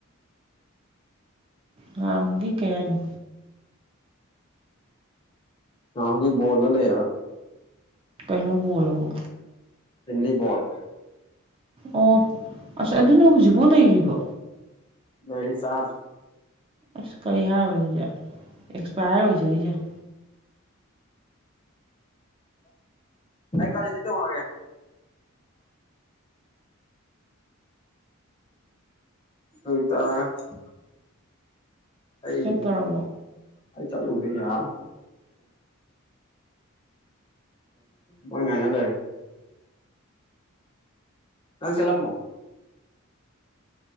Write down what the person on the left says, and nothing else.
ꯀꯥꯎꯒꯤ ꯕꯣꯂꯗꯣ ꯂꯩ ꯍꯥꯏꯕ
ꯐꯝꯂꯤꯕꯣꯜ
ꯂꯩ ꯆꯔ
ꯑꯩ ꯒꯥꯔꯤ ꯁꯦ ꯇꯣꯡꯂꯛ ꯑꯒꯦ꯫ <unintelligible> ꯑꯩ
ꯑꯩ ꯆꯠꯂꯨꯒꯦ ꯌꯥꯦ꯫ ꯋꯥꯏ ꯉꯥꯏꯔꯂꯩ꯫ ꯅꯪ ꯆꯇꯂꯝꯃꯣ